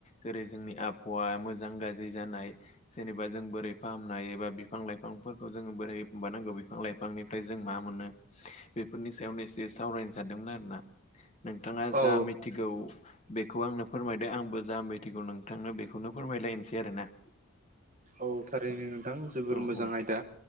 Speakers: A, on the left; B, on the right.
A: जेरै जोंनि आबहावा मोजां गाज्रि जानाय जेनेबा जों बोरै फां फामनाय एबा बिफां लाइफांफोरखौ जोङो बोरै बानांगौ बे बिफां लाइफांनिफ्राय जों मा मोनो बेफोरनि सायावनो एसे सावरायनो सानदोंमोन आरोना। नोंथाङा
B: औ
A: जा मिथिगौ बेखौ आंनो फोरमायदो आंबो जा मिथिगौ नोंथांनो बेखौनो फोरमायलायनोसै आरोना। <inaudible>
B: औ थारैनो नोंथां जोबोर
A: औ
B: मोजां
A: औ
B: आयदा।